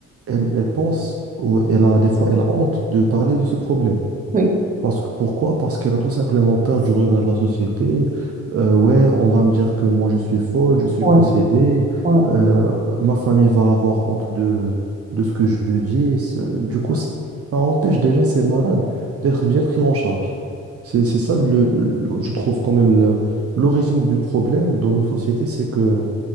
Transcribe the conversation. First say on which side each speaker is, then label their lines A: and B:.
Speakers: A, on the right; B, on the right.
A: elle, elle pense, ou elle a des fois, elle a honte de parler de ce problème.
B: Oui,
A: Parce que, pourquoi? Parce qu'elle a tout simplement peur du regard de la société. Euh, ouais, on va me dire que moi je suis folle, je suis
B: ouais,
A: possédée,
B: ouais,
A: Euh, ma famille va avoir honte de, de ce que je dis. C'est- Du coup, ça empêche déjà ces malades d'être bien pris en charge. C'est, c'est ça, le, le- le- je trouve quand même le- l'origine du problème dans nos sociétés, c'est que